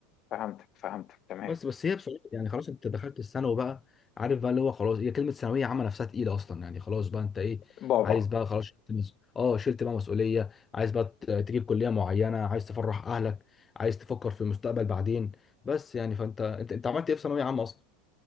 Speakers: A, on the left; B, on the left.
A: فهمتك فهمتك تمام
B: بس بس هي بصراحه يعني خلاص انت دخلت الثانوي بقى عارف بقى اللي هو خلاص هي كلمه ثانويه عامه نفسها تقيله اصلا يعني خلاص بقى انت ايه
A: بابا
B: عايز بقى خلاص شلت مس... اه شلت بقى مسؤوليه عايز بقى ت- تجيب كليه معينه عايز تفرح اهلك عايز تفكر في المستقبل بعدين بس يعني فانت انت انت عملت ايه في ثانويه عامه اصلا